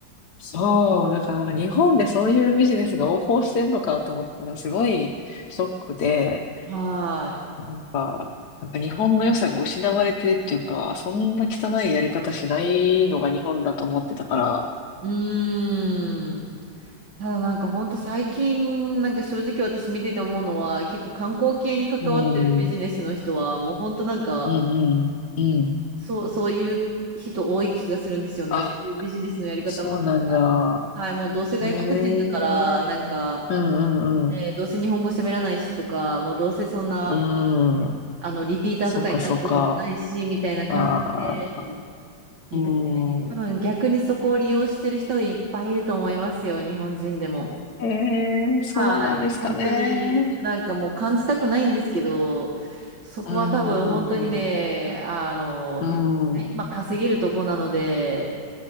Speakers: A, on the left; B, on the right.
A: そう、だからなんか日本でそういうビジネスが横行してんのかと思ったらすごいショックで、
B: はーい。
A: なんか、なんか日本の良さが失われてるっていうか、そんな汚いやり方しないのが日本だと思ってたから、
B: うーん。ただなんかほんと最近、なんか正直私見てて思うのは、結構観光系に関わってるビジネスの人は、
A: うん、
B: もうほんとなんか、
A: うん、うん、うん。
B: そう、そういう人多い気がするんですよね。
A: あ、
B: そういうビジネスのやり方も
A: そうなんだ。
B: はい、もうどうせ外国人だから、
A: へえ。
B: なんか、
A: うん、うん、
B: ね、
A: うん。
B: どうせ日本語喋らないしとか、もうどうせそんな、
A: うん。
B: あの、リピーターとかになることもないし、
A: そうか、そうか。
B: みたいな感覚で、
A: ああ、
B: で、
A: う
B: 多分逆にそこを利用してる人いっぱいいると思いますよ、
A: ん。
B: 日本人でも。
A: ええ、そうなんですかね。
B: はい。本当になんかもう感じたくないんですけど、そこは多分本当にね、
A: うーん、う
B: あの、
A: ーん、
B: 今稼げるとこなので、